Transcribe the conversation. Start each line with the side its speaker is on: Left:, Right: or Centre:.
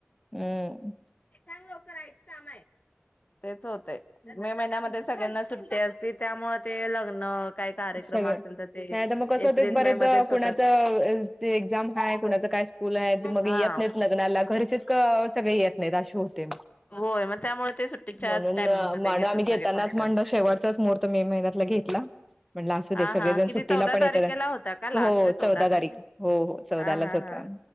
Centre: हम्म
Left: ये सांग लवकर आईच काम आहे. तेच होतेय मे महिन्यामध्येच सगळ्यांना सुट्टी असते त्यामुळे ते लग्न काय कार्यक्रम
Centre: सगळं
Left: असेल तर ते
Centre: नाही त म कसं
Left: एप्रिल
Centre: होतं बर्‍याचदा
Left: मे मध्येच
Centre: कुणाच
Left: होतात
Centre: एक्झाम हाय कुणाच काय स्कूल हाय ते मग
Left: हा
Centre: येत नाही लग्नाला घरचेच सगळे येत निराश होते मग
Left: होय मग त्यामुळे ते सुट्टीच्याच
Centre: म्हणून
Left: टायमिंग मध्ये
Centre: मांड
Left: घेतात
Centre: आम्ही घेतानाच
Left: सगळे फंक्शन
Centre: म्हणून शेवटचाच महूर्त मे महिन्यातला घेतला. म्हणलं असू दे
Left: हा
Centre: सगळेजण
Left: हा किती
Centre: सुट्टीला
Left: चौदा
Centre: पण
Left: तारीख
Centre: येतात.
Left: ला होता का लास्ट
Centre: हो
Left: चौदा
Centre: तारीख
Left: तारखेला
Centre: हो हो चौदालाच
Left: हा हा
Centre: होता.
Left: हा